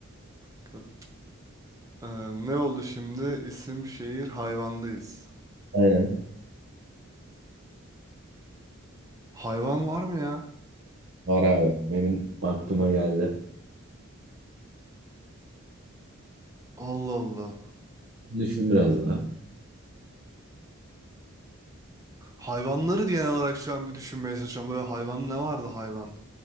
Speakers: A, on the right; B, on the right.
A: Ka- Ee, ne oldu şimdi? İsim, şehir, hayvandayız.
B: aynen.
A: Hayvan var mı ya?
B: Var abi. Benim aklıma geldi.
A: Allah Allah.
B: Düşün biraz daha.
A: Hayvanları genel olarak şu an bir düşünmeye çalışıyorum. Böyle hayvan ne vardı hayvan?